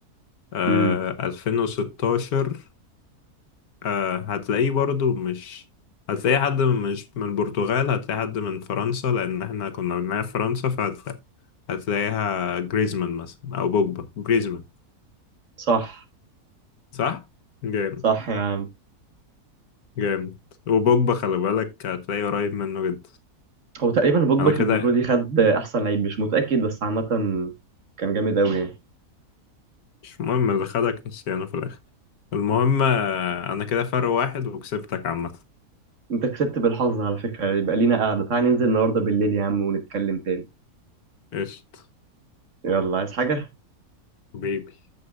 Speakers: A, on the left; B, on the right.
A: آه
B: امم
A: 2016 آه هتلاقيه برضو مش هتلاقي حد من مش من البرتغال هتلاقي حد من فرنسا لأن احنا كنا بنلعب فرنسا فهتلاقي هتلاقيها جريزمان مثلا أو بوجبا جريزمان
B: صح
A: صح؟ جامد.
B: صح يا عم
A: جامد وبوجبا خلي بالك هتلاقيه قريب منه جدا
B: هو تقريبا بوجبا
A: انا
B: في
A: كده
B: البطولة دي خد أحسن لعيب مش متأكد بس عامة كان جامد أوي يعني
A: مش مهم اللي خدك نسيانه في الاخر المهم آه، انا كده فرق واحد وكسبتك عامة
B: أنت كسبت بالحظ على فكرة يبقى لينا قعدة تعالى ننزل النهاردة بالليل يا عم ونتكلم تاني
A: قشط
B: يلا عايز حاجة؟
A: بيبي